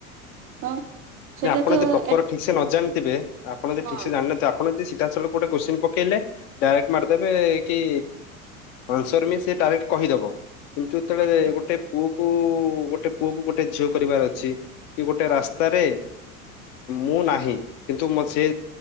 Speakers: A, on the right; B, on the left.
A: ହଁ। ସେଟା
B: ନା ଆପଣ
A: ତ
B: ଯଦି ପ୍ରପର
A: ଏ
B: ଠିକ୍ ସେ ନ ଜାଣିଥିବେ ଆପଣ ଯଦି
A: ହଁ
B: ଠିକ ସେ ଜାଣିନଥିବେ ଆ ଆପଣ ଜେ ସିଧାସଳଖ ଗୋଟେ କୋଶ୍ଚିନ ପକେଇଲେ ଡାଇରେକ୍ଟ ମାରିଦେବେ କି ଆନ୍ସର ବି ସେ ଡାଇରେକ୍ଟ କହିଦବ। କିନ୍ତୁ ଯେତେବେଳେ
A: ଆଜ୍ଞା
B: ଗୋଟେ ପୁଅକୁ ଗୋଟେ ପୁଅ କୁ ଗୋଟେ ଝିଅ କରିବାର ଅଛି କି ଗୋଟେ
A: ହଁ
B: ରାସ୍ତାରେ
A: ହଁ
B: ମୁଁ ନାହିଁ କିନ୍ତୁ ମ ସେ